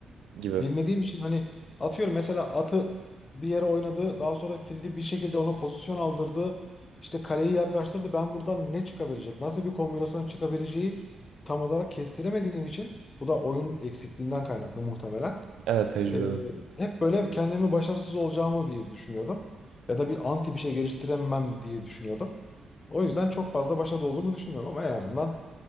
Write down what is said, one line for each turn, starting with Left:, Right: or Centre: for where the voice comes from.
Right: gibi.
Left: Bilmediğim için hani atıyorum mesela atı bir yere oynadı. Daha sonra fili bir şekilde ona pozisyon aldırdı. İşte kaleyi yaklaştırdı. Ben buradan ne çıkabilecek? Nasıl bir kombinasyon çıkabileceği tam olarak kestiremediğim için bu da oyun eksikliğinden kaynaklı muhtemelen.
Right: Evet tecrübe.
Left: Ee, hep böyle kendimi başarısız olacağımı diye düşünüyordum. Ya da bir anti bir şey geliştiremem diye düşünüyordum. O yüzden çok fazla başarılı olduğumu düşünmüyorum ama en azından